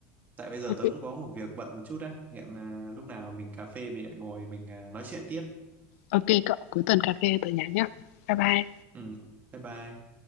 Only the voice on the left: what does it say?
Ok,
ok cậu, cuối tuần cà phê tớ nhắn nhá. Bye bye.